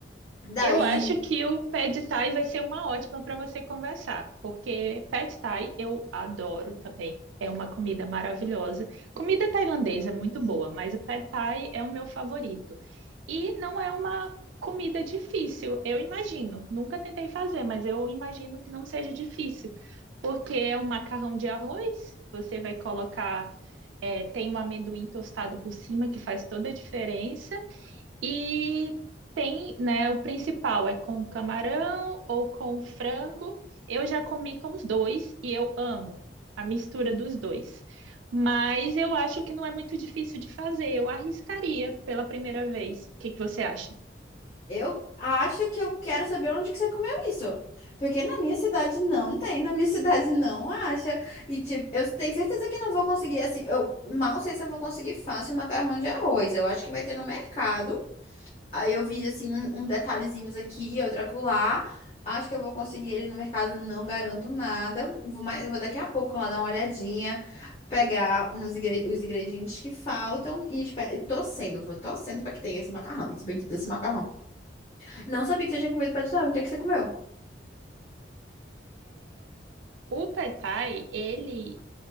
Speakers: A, on the left (about 30°); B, on the right (about 85°).
A: Daí.
B: Eu acho que o Pad Thai vai ser uma ótima para você conversar, porque Pad Thai eu adoro também. É uma comida maravilhosa. Comida tailandesa é muito boa, mas o Pad Thai é o meu favorito. E não é uma comida difícil, eu imagino. Nunca tentei fazer, mas eu imagino que não seja difícil, porque é um macarrão de arroz, você vai colocar, eh, tem um amendoim tostado por cima que faz toda a diferença. E tem, né, o principal é com camarão ou com frango. Eu já comi com os dois e eu amo a mistura dos dois. Mas eu acho que não é muito difícil de fazer. Eu arriscaria pela primeira vez. O que que você acha?
A: Eu acho que eu quero saber onde que você comeu isso. Porque na minha cidade não tem, na minha <laughs> cidade não acha. E tipo, eu tenho certeza que não vou conseguir assim. Eu mal sei se eu vou conseguir fácil macarrão de arroz. Eu acho que vai ter no mercado. Aí eu vi assim um, um detalhezinhos aqui, outro acolá. Acho que eu vou conseguir ele no mercado, não garanto nada. Vou mais, vou daqui a pouco lá dar uma olhadinha, pegar uns ingre- os ingredientes que faltam e espe- e torcendo, vou torcendo para que tenha esse macarrão, esse bendito desse macarrão. Não sabia que você tinha comido pastel. Onde é que você comeu?
B: O pad thai, ele,